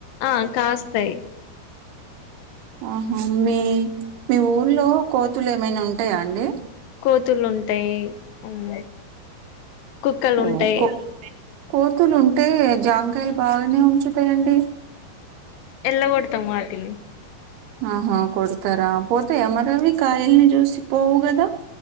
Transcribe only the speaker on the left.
ఆహ్ కాస్తాయి.
కోతులు ఉంటాయి ఉమ్ కుక్కలు
ఉంటాయి.
ఎల్ల కొడతం వాటిని.